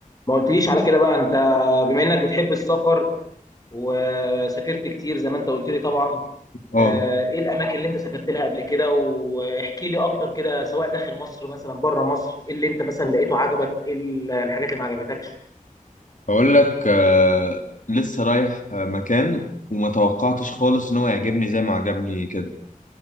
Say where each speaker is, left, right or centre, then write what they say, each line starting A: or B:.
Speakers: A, on the left; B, on the left.
A: ما قلتليش على كده بقى انت بما انك بتحب السفر وسافرت كتير زي ما انت قلت لي طبعا
B: اه
A: آه، ايه الاماكن اللي انت سافرت لها قبل كده واحكي لي اكتر كده سواء داخل مصر مثلا بره مصر ايه اللي انت مثلا لقيته عجبك ايه الحاجات اللي ما عجبتكش
B: هقول لك آه، لسه رايح آه، مكان وما توقعتش خالص ان هو يعجبني زي ما عجبني كده